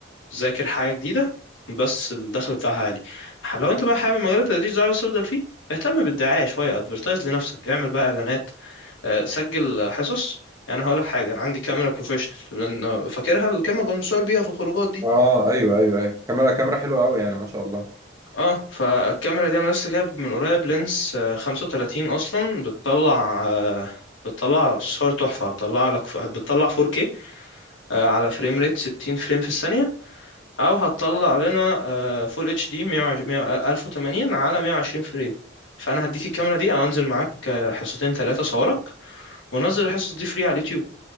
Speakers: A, on the left; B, on the right.
A: ذاكر حاجة جديدة بس الدخل بتاعها عالي لو انت بقى حابب مجال التدريس ده عايز تفضل فيه اهتم بالدعاية شوية ادفرتايز لنفسك اعمل بقى اعلانات آه، سجل حصص يعني هقول لك حاجة انا عندي كاميرا بروفيشنال لان فاكرها الكاميرا كنت مصور بيها في الخروجات دي
B: اه ايوه ايوه ايوه كاميرا كاميرا حلوه قوي يعني ما شاء الله
A: اه فالكاميرا دي انا لسه جايب من قريب لينس آه، 35 اصلا بتطلع آه، بتطلع صور تحفة هتطلع لك ف- بتطلع 4K آه، على فريم ريت 60 فريم في الثانية او هتطلع لنا آه، فول اتش دي 1080 على 120 فريم فانا هديك الكاميرا دي او انزل معاك آه، حصتين ثلاثة صورك ونزل الحصص دي فري على اليوتيوب